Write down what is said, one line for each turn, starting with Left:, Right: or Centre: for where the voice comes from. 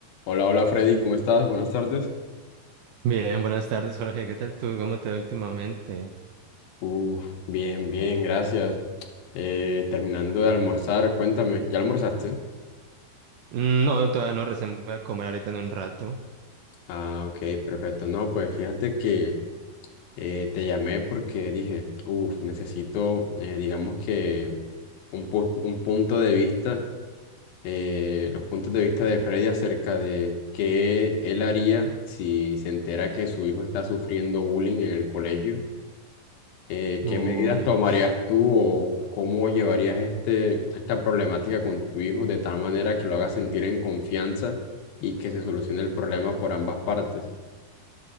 Left: Hola, hola Freddy, ¿cómo estás? Buenas tardes.
Right: Bien, buenas tardes, Jorge. ¿Qué tal tú? ¿Cómo te va últimamente?
Left: Uf, bien, bien, gracias. Eh, terminando de almorzar, cuéntame, ¿ya almorzaste?
Right: Mm, No, todavía no, recién voy a comer ahorita en un rato.
Left: Ah, ok, perfecto. No, pues fíjate que eh, te llamé porque dije, uf, necesito, eh, digamos que un, pu- un punto de vista, eh, los puntos de vista de Freddy acerca de qué él haría si se entera que su hijo está sufriendo bullying en el colegio eh,
Right: Uy.
Left: ¿qué medidas tomarías tú o cómo llevarías este, esta problemática con tu hijo de tal manera que lo hagas sentir en confianza y que se solucione el problema por ambas partes?